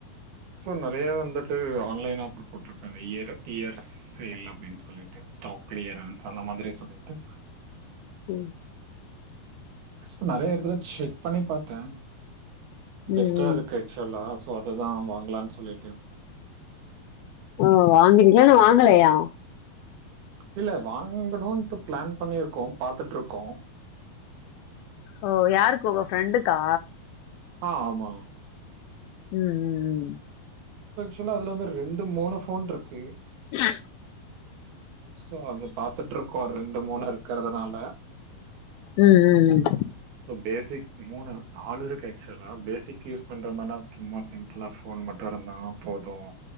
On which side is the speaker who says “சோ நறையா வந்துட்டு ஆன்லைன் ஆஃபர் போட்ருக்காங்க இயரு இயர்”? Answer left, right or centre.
Right